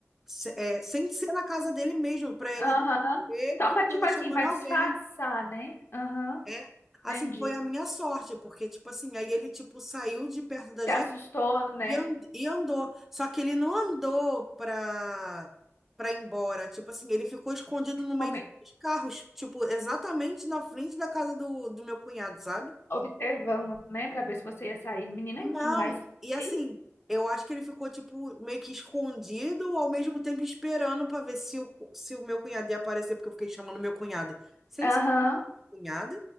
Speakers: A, in the centre; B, on the left.
A: se- é, sem ser na casa dele mesmo, para ele
B: Aham.
A: ver que
B: Só pra,
A: eu tava
B: tipo assim,
A: chamando
B: pra disfarçar,
A: alguém.
B: né? Aham,
A: É, assim,
B: entendi.
A: foi a minha sorte, porque, tipo assim, aí ele, tipo, saiu de perto da
B: Se
A: gente
B: assustou, né?
A: e, and- e andou. Só que ele não andou pra, pra ir embora. Tipo assim, ele ficou escondido no meio
B: Come-
A: dos carros, tipo, exatamente na frente da casa do, do meu cunhado, sabe?
B: Observando, né? Pra ver se você ia sair. Menina,
A: Não,
B: que mais...
A: e
B: Que
A: assim,
B: isso?
A: eu acho que ele ficou, tipo, meio que escondido, ao mesmo tempo esperando pra ver se o, se o meu cunhado ia aparecer, porque eu fiquei chamando meu cunhado sem
B: Aham,
A: ser meu cunhado,